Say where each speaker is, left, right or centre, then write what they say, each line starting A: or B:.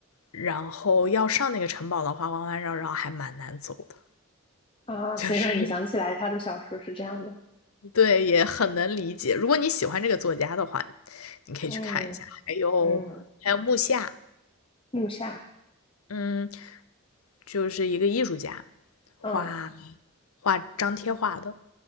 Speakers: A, on the left; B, on the left.
A: 然后要上那个城堡的话，弯弯绕绕还蛮难走的，
B: 啊，
A: 就是
B: 所以让你想起来他的小说是这样的，
A: 对，也很能理解。如果你喜欢这个作家的话，你可以去看一下。
B: 嗯
A: 还有还有木下，
B: 嗯，木下，
A: 嗯，就是一个艺术家，画
B: 嗯
A: 画张贴画的。